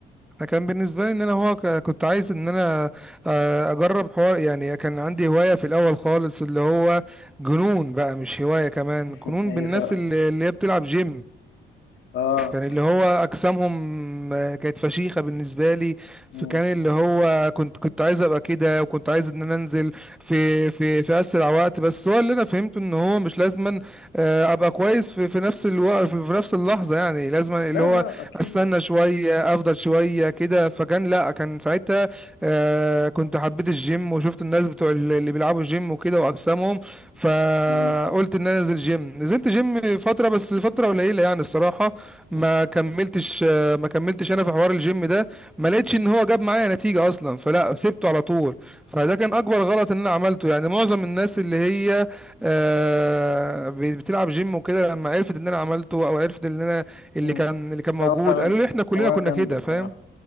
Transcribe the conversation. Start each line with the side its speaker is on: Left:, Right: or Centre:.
Centre: انا كان بالنسبه لي ان انا هو ك- كنت عايز ان انا آه، اجرب حوار يعني كان عندي هوايه في الاول خالص اللي هو جنون بقى مش هوايه كمان جنون
Left: <laughs> إيه
Centre: بالناس
Left: ف
Centre: اللي اللي هي بتلعب جيم
Left: آه
Centre: كان اللي هو اجسامهم آه، كانت فشيخه بالنسبه لي
Left: مم.
Centre: فكان اللي هو كنت كنت عايز ابقى كده وكنت عايز ان انا انزل في في في اسرع وقت بس هو اللي انا فهمته ان هو مش لازما آه، ابقى كويس في في نفس الوقت في في نفس اللحظه يعني لازما
Left: لا
Centre: اللي هو
Left: لا أكيد
Centre: استنى شويه افضل شويه كده فكان لا كان ساعتها آه، كنت حبيت الجيم وشفت الناس بتوع ال- اللي بيلعبوا جيم وكده واجسامهم فقلت
Left: مم.
Centre: ان انا انزل جيم نزلت جيم فتره بس فتره قليله يعني الصراحه ما كملتش ما كملتش انا في حوار الجيم ده ما لقيتش ان هو جاب معايا نتيجة اصلا فلا سبته على طول فده كان اكبر غلط ان انا عملته يعني معظم الناس اللي هي آه، ب- بتلعب جيم وكده لما عرفت اللي انا عملته او عرفت اللي انا اللي
Left: مم.
Centre: كان اللي كان موجود
Left: لا هو فعلا
Centre: قالوا لي احنا كلنا
Left: هواية
Centre: كنا
Left: جامدة
Centre: كده
Left: بصراحة
Centre: فاهم